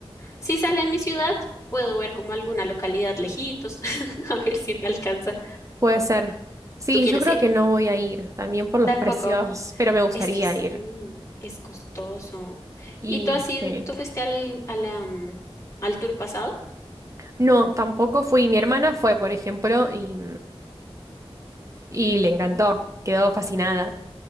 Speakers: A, on the left (about 30°); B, on the right (about 30°).
A: Si sale en mi ciudad, puedo ver como alguna localidad lejitos, <laughs> a ver si me alcanza.
B: Puede ser. Sí,
A: ¿Tú quieres
B: yo creo
A: ir?
B: que no voy a ir, también por los
A: Tampoco.
B: precios, pero me gustaría
A: Es que sí,
B: ir.
A: es costoso.
B: Y
A: ¿Y tú has ido,
B: sí.
A: tú fuiste al, a la, mm, al tour pasado?
B: No, tampoco fui. Mi hermana fue, por ejemplo, y, y le encantó. Quedó fascinada.